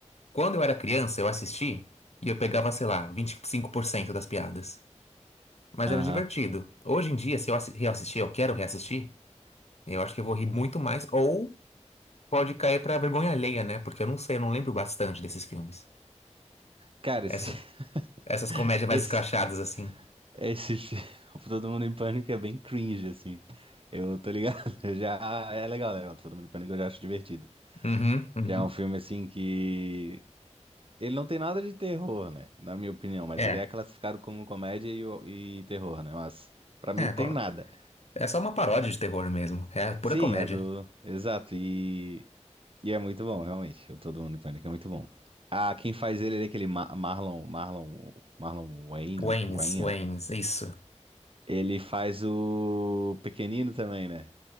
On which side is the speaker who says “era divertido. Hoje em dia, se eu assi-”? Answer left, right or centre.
Left